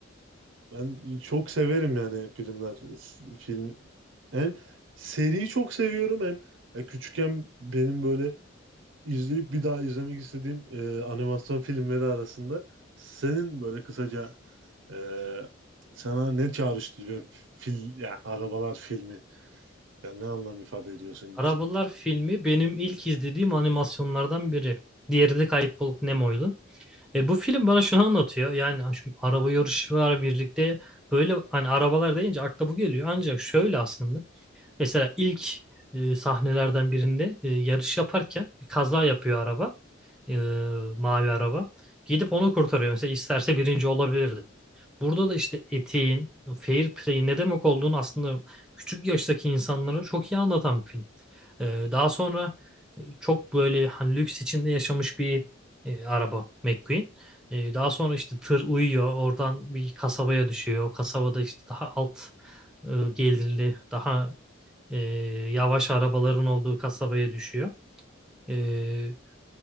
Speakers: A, on the right; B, in the centre.
A: Ben çok severim yani filmler s- film hem seriyi çok seviyorum hem ya küçükken benim böyle izleyip bir daha izlemek istediğim e, animasyon filmleri arasında senin böyle kısaca e, sana ne çağrıştırıyor fil ya arabalar filmi? Ya ne anlam ifade ediyor
B: <laughs>
A: senin
B: Arabalar
A: için?
B: filmi benim ilk izlediğim animasyonlardan biri. Diğeri de Kayıp Balık Nemo'ydu. E, bu film bana şunu anlatıyor. Yani ha, şu araba yarışı var birlikte. Böyle hani arabalar deyince akla bu geliyor. Ancak şöyle aslında. Mesela ilk e, sahnelerden birinde e, yarış yaparken bir kaza yapıyor araba. E, mavi araba. Gidip onu kurtarıyor. Mesela isterse birinci olabilirdi. Burada da işte etiğin, fair play'in ne demek olduğunu aslında küçük yaştaki insanlara çok iyi anlatan bir film. Ee, daha sonra e, çok böyle hani lüks içinde yaşamış bir e, araba McQueen. Ee, daha sonra işte tır uyuyor, oradan bir kasabaya düşüyor. O kasabada işte daha alt e, gelirli, daha e, yavaş arabaların olduğu kasabaya düşüyor. Ee,